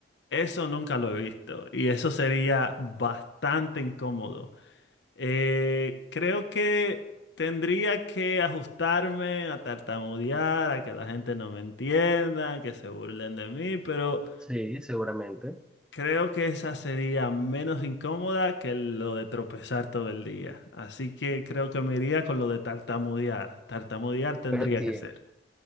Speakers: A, on the left; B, in the centre.
A: eso nunca lo he visto y eso sería bastante incómodo. Eh, creo que tendría que ajustarme a tartamudear, a que la gente no me entienda, que se burlen de mí, pero
B: Sí, seguramente.
A: creo que esa sería menos incómoda que lo de tropezar todo el día. Así que creo que me iría con lo de tartamudear. Tartamudear tendría
B: Pero, ti-
A: que ser.